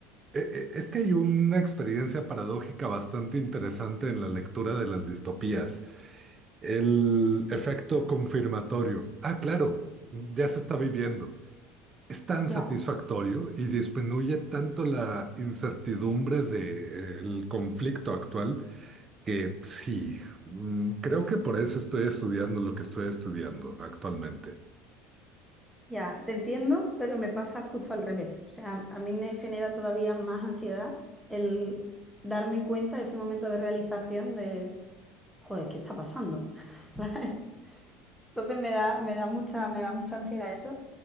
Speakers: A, on the right (about 20°); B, in the centre.
A: e- e- es que hay una experiencia paradójica bastante interesante en la lectura de las distopías, el efecto confirmatorio. Ah, claro, ya se está viviendo. Es tan
B: Ya,
A: satisfactorio y disminuye tanto la incertidumbre del conflicto actual que sí, mm, creo que por eso estoy estudiando lo que estoy estudiando actualmente.
B: ya, te entiendo, pero me pasa justo al revés. O sea, a mí me genera todavía más ansiedad el darme cuenta, ese momento de realización de, joder, ¿qué está pasando? <laughs> ¿Sabes? Entonces me da, me da mucha, me da mucha ansiedad eso.